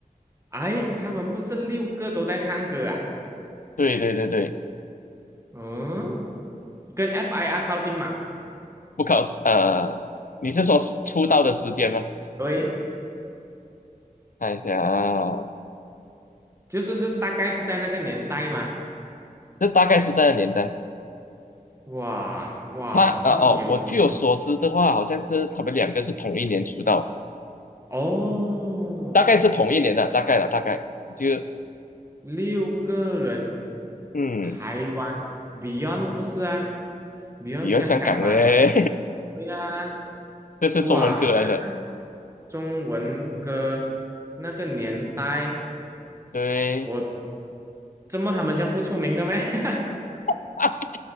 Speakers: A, on the right; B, on the left.
A: 哎，他们不是六个都在唱歌啊？
B: 对对对对，
A: 嗯，跟 FIR 靠近嘛？
B: 不考呃，你是说出道的时间吗？
A: 对，
B: 看一下啊，
A: 就是是大概是在那个年代嘛。
B: 这大概是在的年代。
A: 哇哇，
B: 他啊哦，
A: 到底有什么团？
B: 我据我所知的话，好像是他们两个是同一年出道，
A: 哦，
B: 大概是同一年的，大概了，大概就
A: 六个人，
B: 嗯，
A: 台湾 Beyond 不是啊？Beyond
B: 比较香港的嘞，
A: 香港嘛？对呀、
B: <laughs> 这是中文歌来的，
A: 哇，那个中文歌那个年代。
B: 对，
A: 我怎么他们这样不出名的咩？<laughs>
B: <laughs>